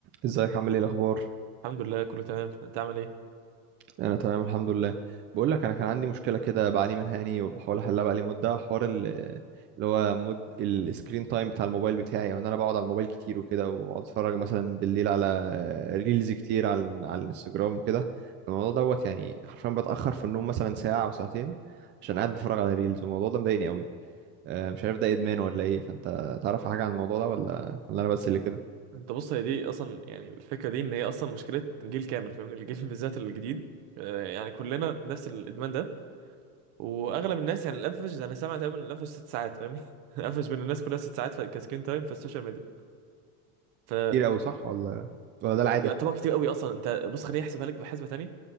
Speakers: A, on the right; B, on the right.
A: ازيك عامل ايه الاخبار
B: الحمد لله كله تمام انت عامل ايه
A: انا تمام الحمد لله بقول لك انا كان عندي مشكله كده بعاني منها يعني وبحاول احلها بقالي مده حوار ال- اللي هو مد السكرين تايم بتاع الموبايل بتاعي او ان انا بقعد على الموبايل كتير وكده واقعد اتفرج مثلا بالليل على ريلز كتير على على الانستجرام وكده الموضوع دوت يعني حرفيا بتاخر في النوم مثلا ساعه او ساعتين عشان قاعد بتفرج على ريلز والموضوع ده مضايقني قوي آه، مش عارف ده ادمان ولا ايه فانت تعرف حاجه عن الموضوع ده ولا ولا انا بس اللي كده
B: انت بص هي دي اصلا يعني الفكره دي ان هي اصلا مشكله جيل كامل فاهمني الجيل <laughs> بالذات الجديد آه، يعني كلنا نفس الادمان ده واغلب الناس يعني الافج انا سامع تقريبا الافج ست ساعات فاهمني <laughs> الافج بين الناس كلها ست ساعات في- كسكرين تايم في السوشيال ميديا ف
A: كتير قوي صح ولا ولا ده العادي
B: يعتبر كتير قوي اصلا انت بص خليني احسبها لك بحسبه تانية